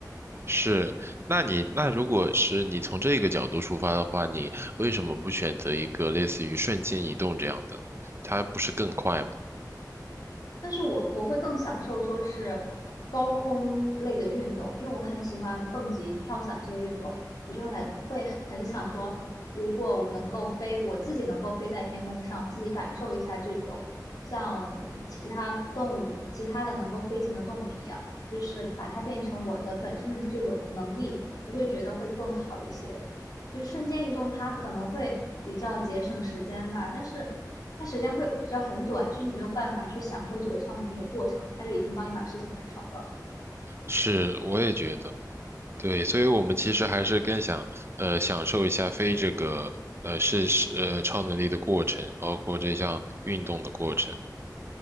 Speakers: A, on the right; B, on the left.
A: 是，那你那如果是你从这个角度出发的话，你为什么不选择一个类似于瞬间移动这样的呢它不是更快吗？
B: 但是我我会更享受说是高空类的运动，因为我很喜欢蹦极、跳伞这些运动，我就很会很想说，如果我能够飞，我自己能够飞在天空上，自己感受一下这种像其他动物、其他的能够飞行的动物一样，就是把它变成我的本身的这种能力，我会觉得会更好一些。就是瞬间移动，它可能会比较节省时间吧，但是它时间会比较很短，就是你没有办法去享受这个超能力的过程，它就已经帮你把事情完成了。
A: 是，我也觉得，对，所以我们其实还是更想呃享受一下飞这个呃是是呃超能力的过程，包括这项运动的过程。